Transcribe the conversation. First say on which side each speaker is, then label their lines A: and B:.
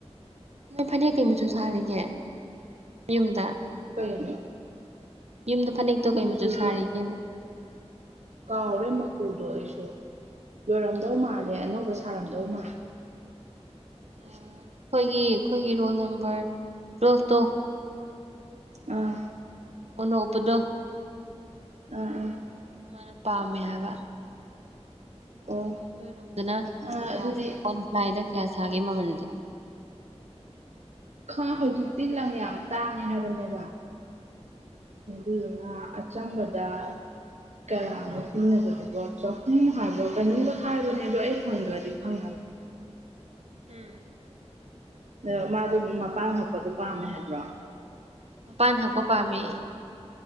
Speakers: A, on the right; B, on the right.
A: ꯅꯣꯏ ꯐꯅꯦꯛ ꯀꯩ ꯃꯆꯨ ꯁꯥꯔꯤꯒꯦ ꯌꯨꯝꯗ
B: ꯀꯩꯅꯣ
A: ꯌꯨꯝꯗ ꯐꯅꯦꯛꯇꯣ
B: ꯃꯆꯨꯗꯣ
A: ꯀꯩ ꯃꯆꯨ ꯁꯥꯔꯤꯒꯦꯕ
B: ꯀꯥꯎꯔꯦ ꯃ ꯆꯨꯗꯣ ꯑꯩꯁꯨ ꯂꯣꯏꯔꯝꯗꯧ ꯃꯥꯜꯂꯦ ꯑꯅꯧꯕ ꯁꯥꯔꯝꯗꯧ ꯃꯥꯜꯂꯦ <inaudible>
A: ꯎꯝ ꯑꯩꯈꯣꯏꯒꯤ ꯑꯩꯈꯣꯏꯒꯤ ꯔꯣꯜ ꯅꯝꯕꯔ ꯇꯨꯋꯦꯜꯐ ꯇꯣ
B: ꯑꯥ
A: ꯑꯣꯅꯣꯛ ꯎꯞꯄꯗꯣ
B: ꯎꯝ ꯎꯝ
A: ꯃꯥꯅ ꯄꯥꯝꯃꯦ ꯍꯥꯏꯕ
B: ꯑꯣ
A: ꯑꯗꯒꯤ ꯅꯣꯏꯔꯣꯝꯗꯅ
B: ꯑꯥ
A: ꯀꯌꯥ
B: ꯑꯗꯨꯗꯤ
A: ꯋꯥꯟꯄꯂꯥꯏꯗ ꯀꯌꯥ ꯁꯥꯒꯦ ꯃꯃꯜꯁꯦ
B: ꯈ ꯍꯧꯖꯤꯛꯇꯤ ꯂꯪ ꯌꯥꯝ ꯇꯥꯡꯉꯦ ꯍꯥꯏꯕꯅꯦꯕ ꯑꯗꯨ ꯑ ꯑꯆꯝꯕꯗ ꯀꯌꯥ ꯑꯣꯏꯗꯣꯏꯅꯣꯕ ꯑꯗꯨꯕꯨ ꯆꯥꯍꯨꯝ ꯍꯥꯏꯕꯔ ꯀꯩꯅꯣꯝꯒ ꯍꯥꯏꯕꯅꯦ ꯑꯗꯣ ꯑꯩ ꯍꯪꯗ꯭ꯔꯗꯤ ꯈꯪꯉꯔꯣꯏ
A: ꯎꯝ
B: ꯑ ꯃꯥꯗꯨ ꯃꯄꯥꯟ ꯍꯛꯄꯗꯣ ꯄꯥꯝꯃꯦ ꯍꯥꯏꯕ꯭ꯔꯣ
A: ꯃꯄꯥꯟ ꯍꯛꯄ ꯄꯥꯝꯃꯦꯌꯦ